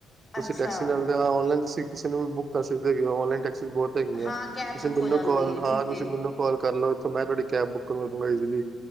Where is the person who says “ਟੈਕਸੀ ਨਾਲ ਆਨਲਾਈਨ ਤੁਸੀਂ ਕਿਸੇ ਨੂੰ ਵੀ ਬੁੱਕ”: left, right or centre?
Right